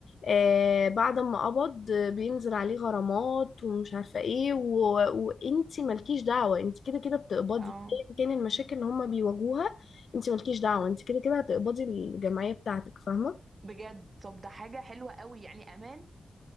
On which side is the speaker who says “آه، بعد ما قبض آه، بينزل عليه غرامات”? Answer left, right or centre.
Left